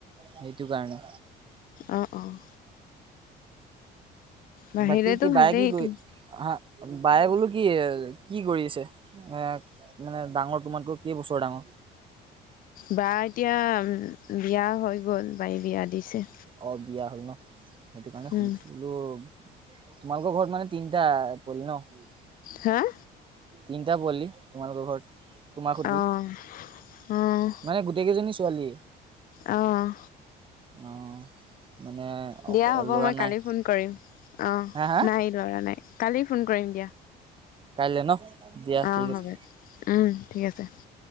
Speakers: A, on the right; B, on the left.
A: সেইটো কাৰণে।
B: অ', অ', বাহিলেতো
A: বা কি কি
B: ভালেইটো
A: বায়ে কি কৰি হা বায়ে বোলো কি কি কৰি আছে, এ মানে ডাঙৰ তোমাতকৈ কেই বছৰ ডাঙৰ?
B: বা এতিয়া বিয়া হৈ গ'ল, বাৰী বিয়া দিছে।
A: অ বিয়া হ'ল ন সেইটো কাৰণে সুধিছিলোঁ,
B: উম
A: তোমালোকৰ ঘৰত মানে তিনটা পোৱালী ন'?
B: হাঁ?
A: তিনিটা পোৱালী তোমালোকৰ ঘৰত? তোমাৰ সতি
B: অ', অ',
A: মানে গোটেই কেইজনী ছোৱালী
B: অ',
A: অ', মানে অক
B: দিয়া হ'ব
A: ল'ৰা
B: মই
A: নাই
B: কালি ফোন কৰিম অ',
A: হা হা
B: নাই ল'ৰা নাই। কালি ফোন কৰিম দিয়া।
A: কাইলৈ ন দিয়া
B: অ',
A: ঠিক
B: হ'ব
A: আছে
B: উম, ঠিক আছে।